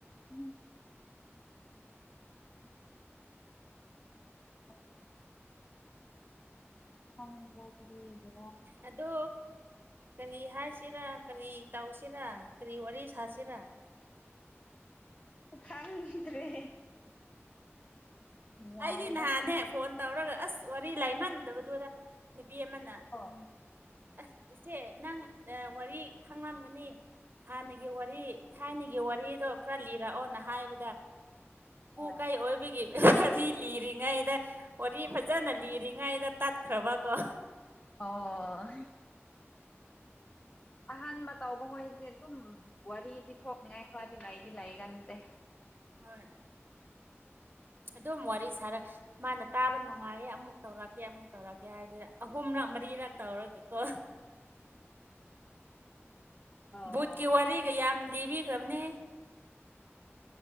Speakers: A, on the left (about 30°); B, on the right (about 50°).
A: ꯎꯝ <unintelligible> ꯍꯪꯒꯦ ꯀꯔꯤ ꯒꯤꯔ
B: ꯑꯗꯣ ꯀꯔꯤ ꯍꯥꯏꯁꯤꯔꯥ ꯀꯔꯤ ꯇꯧꯁꯤꯔꯥ ꯀꯔꯤ ꯋꯥꯔꯤ ꯁꯥꯁꯤꯔꯥ
A: ꯈꯡꯗ꯭ꯔꯦ ꯌꯥꯏꯗ
B: ꯑꯩꯗꯤ ꯅꯍꯥꯟꯅꯦ ꯐꯣꯟ ꯇꯧꯔꯒ ꯑꯁ ꯋꯥꯔꯤ ꯂꯩ ꯃꯟꯗꯕꯗꯨꯗ ꯅꯨꯄꯤ ꯑꯃꯅ
A: ꯀꯣ
B: ꯎꯝ ꯑꯁ ꯏꯆꯦ ꯅꯪ ꯋꯥꯔꯤ ꯈꯪꯂꯝꯒꯅꯤ ꯍꯥꯟꯅꯒꯤ ꯋꯥꯔꯤ ꯊꯥꯏꯅꯒꯤ ꯋꯥꯔꯤꯗꯣ ꯈꯔ ꯂꯤꯔꯛꯑꯣꯅ ꯍꯥꯏꯕꯗ
A: ꯑꯥ
B: ꯀꯩ ꯑꯣꯏꯕꯒꯤ ꯋꯥꯔꯤ ꯂꯤꯔꯤꯉꯩꯗ ꯋꯥꯔꯤ ꯐꯖꯅ ꯂꯤꯔꯤꯉꯩꯗ ꯇꯠꯈ꯭ꯔꯕ ꯀꯣ
A: ꯑꯣ ꯑꯍꯥꯟꯕ ꯇꯧꯕ ꯍꯣꯏꯁꯦ ꯑꯗꯨꯝ ꯋꯥꯔꯤ ꯂꯤꯊꯣꯛꯅꯤꯡꯉꯥꯏ ꯈꯔꯗꯤ ꯂꯩꯗꯤ ꯂꯩꯒꯟꯗꯦ
B: ꯍꯣꯏ ꯑꯗꯨꯝ ꯋꯥꯔꯤ ꯁꯥꯔꯛ ꯃꯥꯅ ꯇꯥꯕ ꯅꯨꯡꯉꯥꯏꯌꯦ ꯑꯃꯨꯛ ꯇꯧꯔꯛꯀꯦ ꯑꯃꯨꯛ ꯇꯧꯔꯛꯀꯦ ꯍꯥꯏꯗꯨꯗꯤ ꯑꯍꯨꯝꯔꯛ ꯃꯔꯤꯔꯛ ꯇꯧꯔꯒ ꯀꯣ
A: ꯑꯣ
B: ꯚꯨꯠꯀꯤ ꯋꯥꯔꯤꯒ ꯌꯥꯝ ꯂꯤꯕꯤꯈ꯭ꯔꯕꯅꯦ